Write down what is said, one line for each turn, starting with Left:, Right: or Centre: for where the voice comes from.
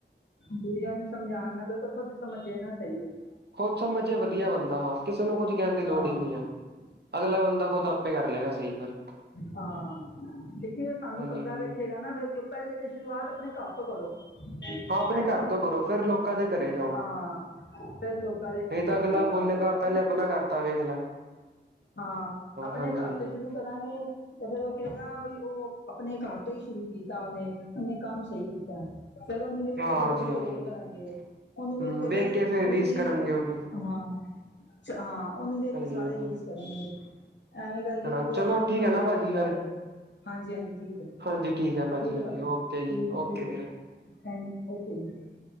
Left: ਦੂਜਿਆਂ ਨੂੰ ਸਮਝਾਉਣ ਨਾਲੋਂ ਤਾਂ ਖੁੱਦ ਸਮਝ ਜਾਣਾ ਸਹੀ ਹੈ।
Right: ਖੁਦ ਸਮਝ ਜੇ ਵਧੀਆ ਬੰਦਾ ਕਿਸੇ ਨੂੰ ਕੁੱਝ ਕਹਿਣ ਦੀ ਲੋੜ
Left: ਹਾਂ
Right: ਹੀ ਨੀ ਹੈ। ਅਗਲਾ ਬੰਦਾ ਖੁਦ ਆਪੇ ਕਰ ਲਏਗਾ ਸਹੀ ਫਿਰ
Left: ਹਾਂ ਦੇਖੀ ਸਾਨੂੰ
Right: ਹਾਂਜੀ
Left: ਕਰਦਾਂ
Right: ਹਾਂਜੀ
Left: ਵੇਖੇਗਾ ਨਾ ਫਿਰ ਕਿਉਂ ਪਹਿਲੇ ਤੇ ਸ਼ੁਰੂਆਤ ਆਪਣੇ ਘਰ ਤੋਂ ਕਰੋ।
Right: ਹਾਂ ਆਪਨੇ
Left: ਹੈ
Right: ਘਰ
Left: ਕਿ ਨਹੀਂ
Right: ਤੋਂ ਕਰੋ ਫੇਰ ਲੋਕਾਂ ਦੇ ਘਰੇ ਜਾਓ,
Left: ਹਾਂ ਫਿਰ ਲੋਕਾਂ ਦੇ
Right: ਇਹ ਤਾਂ
Left: ਕਿਉਂਕਿ
Right: ਅਗਲਾ
Left: ਪਤਾ
Right: ਬੋਲੇਗਾ
Left: ਕੀ ਆਪਣੇ
Right: ਪਹਿਲੇ ਆਪਣਾ ਘਰ ਤਾਂ ਵੇਖ ਲੈ
Left: ਹਾਂ ਆਪਨੇ
Right: ਹਾਂਜੀ
Left: ਘਰ
Right: ਹਾਂਜੀ
Left: ਤੋਂ ਸ਼ੁਰੂ ਕਰਾਂਗੇ। ਤੇ ਫਿਰ ਉਹ ਕਹੇਗਾ, ਬਈ ਉਹ ਆਪਣੇ ਘਰ ਤੋਂ ਹੀ ਸ਼ੁਰੂ ਕੀਤਾ ਉਹਨੇ ਉਹਨੇ ਕੰਮ ਸਹੀ ਕੀਤਾ। ਫੇਰ ਉਹਨੂੰ ਵੇਖ
Right: ਹਾਂ
Left: ਕੇ ਦੋ
Right: ਜੀ
Left: ਬੰਦੇ
Right: ਹਾਂਜੀ
Left: ਹੋਰ
Right: ਹਾਂਜੀ
Left: ਕਰਨਗੇ। ਉਹਨੂੰ ਵੇਖ
Right: ਹਮ
Left: ਕੇ ਫਿਰ
Right: ਫੇਰ
Left: ਹਾਂਜੀ
Right: ਰੀਸ ਕਰਨਗੇ ਉਹ ਵੀ
Left: ਹਾਂ, ਹਾਂ ਉਹਨੂੰ ਵੇਖ
Right: ਹਾਂਜੀ
Left: ਕੇ ਸਾਰੇ
Right: ਹਾਂਜੀ
Left: ਰੀਸ ਕਰਨਗੇ ਐਵੇਂ ਕਰਕੇ
Right: ਹਨਾ
Left: ਪੂਰਾ
Right: ਚਲੋ ਠੀਕ
Left: ਮਹੱਲਾ
Right: ਹੈ ਨਾ ਭਾਜੀ
Left: ਕਰੇਗਾ
Right: ਫੇਰ
Left: ਫਿਰ। ਹਾਂਜੀ, ਹਾਂਜੀ ਠੀਕ ਹੈ ਜੀ,
Right: ਹਾਂਜੀ
Left: ਠੀਕ
Right: ਹਾਂਜੀ
Left: ਹੈ ਭਾਜੀ ਠੀਕ
Right: ਓਕੇ ਜੀ ਓਕੇ
Left: ਠੀਕ ਹੈ
Right: ਵੀਰੇ
Left: ਜੀ ਥੈਂਕ ਓਕੇ ਜੀ